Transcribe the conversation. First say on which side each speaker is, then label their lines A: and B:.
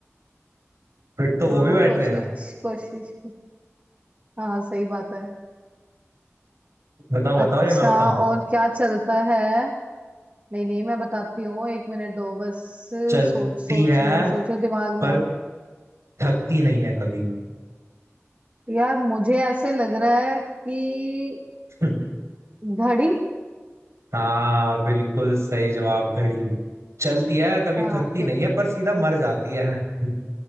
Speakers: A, on the right; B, on the right.
A: फिट तो
B: हाँ
A: वो भी बैठ
B: कोशिश
A: रहे हैं
B: कोशिश हाँ सही बात है
A: बताओ बताओ
B: अच्छा
A: या मैं बताऊं
B: और क्या चलता है नहीं नहीं मैं बताती हूँ एक मिनट दो बस
A: चलती
B: सोच सोच
A: है
B: रही हूँ सोच रही हूँ, दिमाग
A: पर
B: में आ रहा
A: थकती नहीं है कभी
B: है। यार मुझे ऐसे लग रहा है कि
A: <laughs>
B: घड़ी
A: हाँ बिल्कुल सही जवाब घड़ी चलती है कभी
B: हाँ
A: थकती नहीं है पर सीधा मर जाती है <laughs>